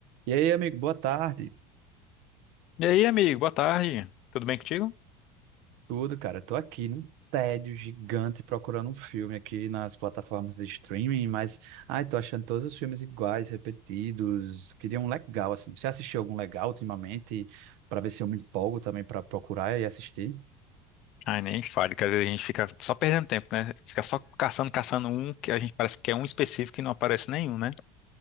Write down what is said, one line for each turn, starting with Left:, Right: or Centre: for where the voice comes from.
Right: E aí, amigo, boa tarde.
Left: E aí, amigo, boa tarde. Tudo bem contigo?
Right: Tudo, cara? Tô aqui num tédio gigante procurando um filme aqui nas plataformas de streaming, mas, ai, tô achando todos os filmes iguais, repetidos. Queria um legal, assim. Você assistiu algum legal ultimamente Pra ver se eu me empolgo também pra procurar e assistir?
Left: Ai, nem fale, que às vezes a gente fica só perdendo tempo, né? Fica só caçando, caçando um que a gente parece que é um específico e não aparece nenhum, né?